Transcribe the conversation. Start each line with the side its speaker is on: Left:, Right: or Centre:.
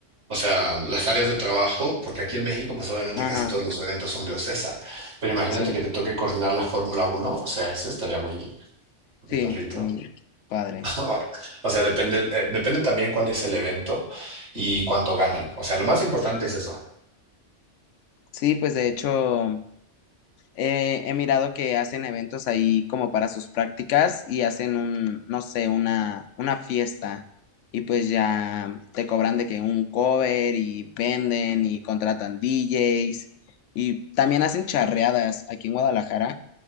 Right: O sea, las áreas de trabajo, porque aquí en México, pues obviamente
Left: Ajá,
Right: casi todos los eventos son de OCESA, pero imagínate
Left: sí,
Right: que te toque coordinar la Fórmula Uno, o sea, ese estaría muy,
Left: sí,
Right: muy perrito.
Left: muy padre.
Right: <laughs> O sea, depende, el- eh, depende también cuál es el evento y cuánto ganan. O sea, lo más importante es eso.
Left: Sí, pues de hecho, Eh, he mirado que hacen eventos ahí como para sus prácticas y hacen un, no sé, una, una fiesta y pues ya te cobran de que un cover y venden y contratan DJs y también hacen charreadas aquí en Guadalajara.